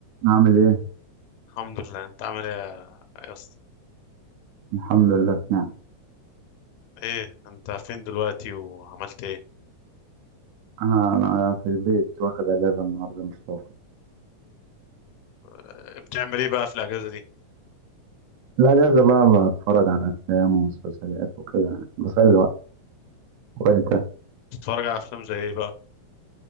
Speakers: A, on the right; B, on the left.
A: عامل ايه؟
B: الحمد لله انت عامل ايه يا يا اسطى
A: الحمد لله في نعم
B: ايه انت فين دلوقتي وعملت ايه
A: انا انا في البيت واخد اجازه النهارده مش فاضي
B: اه، بتعمل ايه بقى في الاجازه دي
A: الاجازه بقى بتفرج على افلام ومسلسلات وكده يعني بسلي وقت وانت
B: بتتفرج على افلام زي ايه بقى